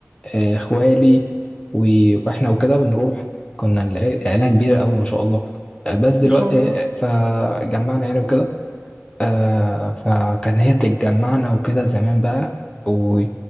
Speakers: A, on the left (about 20°); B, on the right (about 30°).
A: آه، اخوالي و- واحنا وكده بنروح كنا الع- عيلة كبيرة قوي ما شاء الله آه، بس دلوقتي
B: ما شاء الله
A: آه، آه، فجمعنا يعني وكده آه، فكان هي بتتجمعنا وكده زمان بقى و-